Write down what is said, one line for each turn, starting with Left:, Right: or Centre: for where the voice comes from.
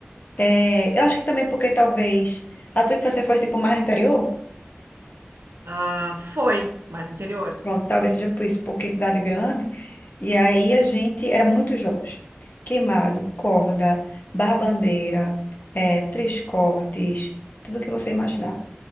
Left: é, eu acho que também porque talvez a tua infância foi, tipo, mais no interior?
Right: Ah, foi, mais interior.
Left: Pronto, talvez seja por isso, porque é cidade grande. E aí a gente. Era muitos jogos: queimado, corda, barra-bandeira, eh, três cortes, tudo que você imaginar.